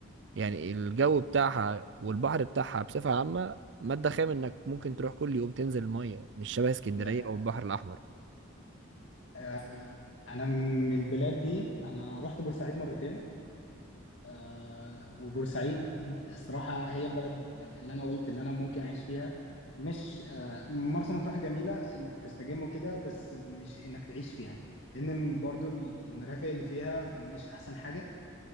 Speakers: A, on the right (about 60°); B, on the left (about 70°).
A: يعني الجو بتاعها والبحر بتاعها بصفة عامة مادة خام إنك ممكن تروح كل يوم تنزل المية مش شبه اسكندرية
B: ده
A: أو البحر الأحمر
B: آه، انا من البلاد دي انا رحت بورسعيد مرتين آه وبورسعيد الصراحه هي البلد يعني اللي انا قلت اللي انا ممكن اعيش فيها مش آه مرسى مطروح جميله انك تستجم وكده بس مش انك تعيش فيها لان ال- برضو ال- المرافق اللي فيها مش احسن حاجه